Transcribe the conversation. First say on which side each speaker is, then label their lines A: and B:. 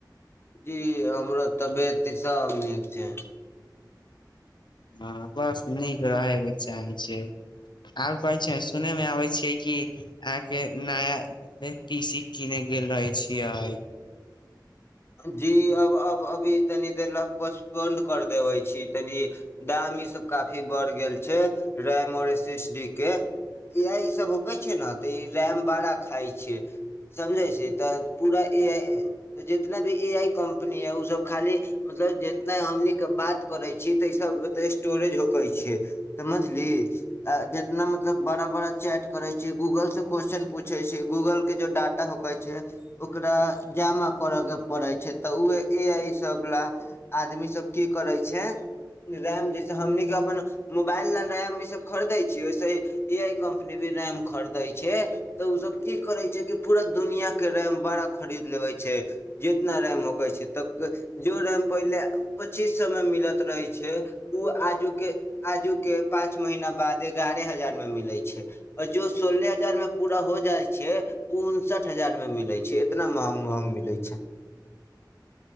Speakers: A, on the left (about 35°); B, on the left (about 80°).
A: जी हमर तबियत ईसाब नीक छै।
B: हँ बस नीक रहयके चाहै छियै आब कहै छै सुनयमे आबै छियै कि अहाँके नया पी सी कीनेय गेल रहै छियै।
A: जी अब अब अभी तनी दे ल पचपन कर देबे छी तनी दाम ई सब काफी बढ़ गेल छै। रैमर एसिस डी के। इह ई सब होकै छै ने। <unintelligible> तऽ ई रैम बड़ा खााय छ समझे छी। ज तऽ पूरा- ई। <unintelligible> जितना भी ए आई कम्पनी है ओ सब खाली मतलब जितना हमनीके बात करै छी तऽ ईस स्टोरेज होकेै छ। समझली <unintelligible> आ- जे। न मतलब बड़ा -बड़ा चैट। करै छियै गूगल से। क्वेेश्चन पूछे छै गूगल के जो डाटा होकै छै। ओकरा जामक। कर के पड़े छै तऽ उह ए सब ला आदमी सब की करै छै। रैम जैसे हमने अपन। मोबाइल ल रैम ई सब खरीदे छियै ओसे- ए आई कम्पनी भी रैम खरीदै छै। तऽ ओसभ की करे छै कि पूरा। दुनिया के रैम बड़ा खरीद लेबे छै। जितना रेम होक छै तऽ- जो रेम पहिले- पच्चीस सए में मिलत रहै छै। छै ओ आजुके। <unintelligible> आजू के पांच महीना बाद एगारह हजार में मिले छै आऔर जो सोलह हजार में पूरा हो जाय छै उनसठ हजार में मिले छै इतना महंग महंग मिले छै। अच्छा। <unintelligible>